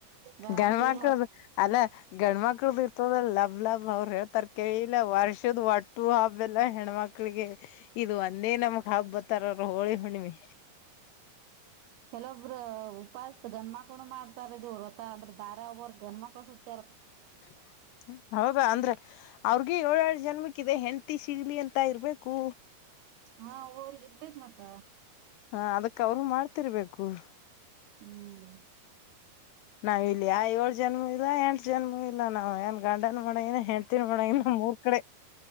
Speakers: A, on the right; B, on the left.
A: ಗಣಮಕ್ಳಿಗೆ
B: ಗಂಡ್ಮಕ್ಲುದು ಅಲ್ಲೆ ಗಂಡ್ಮಕ್ಲುದು ಇರ್ತದ್ರ ಲಭ್ ಲಭ್ ಅವ್ರ್ ಹೇಳ್ತಾರ್ ಇಲ್ಲ ವರ್ಷದ ಒಟ್ಟು ಹಬ್ಬದಲ್ಲೆ ಹೆಣ್ಮಕ್ ಮಕ್ಳಿಗೆ ಇದು ಒಂದೇ ನಮಗ್ ಹಬ್ಬತರರ್ ಹೋಳಿ ಹುಣ್ಣಿಮೆ.
A: ಕೆಲೊಬ್ರು ಉಪಾಸ ಗಂಡ್ಮಕ್ಲು ಮಾಡ್ತಾರ ಇದ್ರ ರ್ವತ ಅಂದ್ರೆ ದಾರ ಒಬ್ಬರ್ ಗಂಡ ಮಕ್ಳ ಸುತ್ತಾರ.
B: ಹ. ಹ್ಮ್ ಹೌದಾ ಅಂದ್ರೆ ಅವ್ರಿಗೂ ಏಳ್ ಏಳ್ ಜನ್ಮಕ್ ಇದೆ ಹೆಂಡ್ತಿ ಸಿಗ್ಲಿ ಅಂತ ಇರ್ಬೇಕು.
A: ಹಾ ಒಬೊಬ್ಬರಿಗ್ ಇರ್ತೇತ್ ಮತ್ತ.
B: ಹಾ ಅದಕ್ ಅವರು ಮಾಡ್ತಿರ್ಬೇಕು ಹ್ಮ್.
A: ಹ್ಮ್
B: ನಾವ್ ಇಲ್ಲಿ ಯಾವ್ ಏಳು ಜನ್ಮೂ ಇಲ್ಲ ಎಂಟ್ ಜನ್ಮೂ ಇಲ್ಲ ನಾವ್ ಏನ್ ಗಾಂಡನು ಮಡಂಗಿಲ್ಲ ಹೆಂಡ್ತೀನೂ ಮಡಂಗಿಲ ನಮೂರ್ ಕಡೆ.